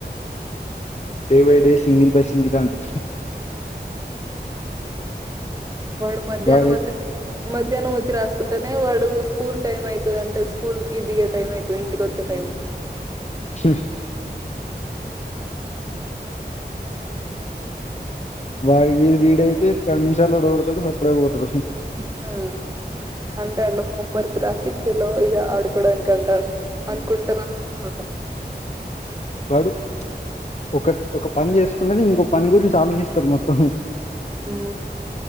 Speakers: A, on the left; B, on the right.
A: day by day singing by సింగి దాంట్లో
B: వాడు మధ్యాహ్నం
A: వాడై
B: వాతే మధ్యాహ్నం వచ్చి రాసుకుంటేనే వాడు స్కూల్ టైం అయితాది అంటే స్కూల్ కి దిగే టైం అయితాది ఇంటికి వచ్చే టైం
A: షేష్
B: ఉ
A: వాడి వీడి మీ వీడయితే పది నిమిషాలు త కొడతాడు సప్పుడైపోతాడు
B: హ అంటాండు హోమ్ వర్క్ రాశిచిలో ఇగ ఆడుకోడానికి అంటాండు అనుకుంటార <unintelligible>
A: వాడు ఒక ఒక పని చేసుకునేది ఇంకోొ పని గురించి ఆలోచిస్తారు మొత్తం
B: ఉ